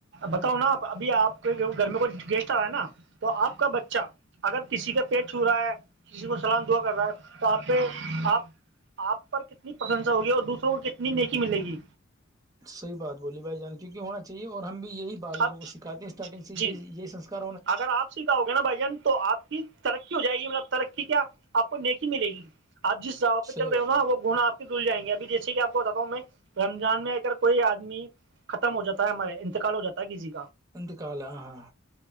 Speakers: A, on the right; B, on the right.
A: بتاؤ نا آپ ابھی آپ کے گھر میں کوئی گیسٹ آ رہا ہے نا تو آپ کا بچہ اگر کسی کا پیٹ چھو رہا ہے کسی کو سلام دعا کر رہا ہے تو آپ پہ آپ آپ پر کتنی پرشنسا ہوگی اور دوسروں کو کتنی نیکی ملے گی
B: صحی بات بولی بھائی جان کیوں کی ہونا چاہیے اور ہم بھی یہی بالکوں
A: آپ
B: کو سکھاتے ہیں اسٹارٹنگ سے
A: جی
B: یہ یہی سسکار
A: اگر آپ سکھاؤ گے نا بھائی جان تو آپ کی ترقی ہو جائے گی مطلب ترقی کیا آپ کو نیکی ملے گی آپ جس جگؤ پہ
B: صحیح
A: چ رہے
B: بات
A: ہو نا وہ گنا آ دھل جائیں گے ابھی جیسے کہ آپ کو بتاتا ہوں میں رمضان میں اگر کوئی آدمی ختم ہو جاتا ہے ہمارے انتقال ہو جاتا ہے ک جی
B: انند کاال آ ہاں